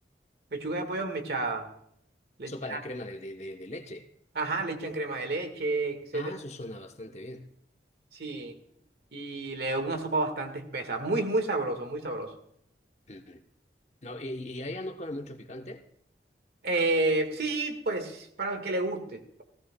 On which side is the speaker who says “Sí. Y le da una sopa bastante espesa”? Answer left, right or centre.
Right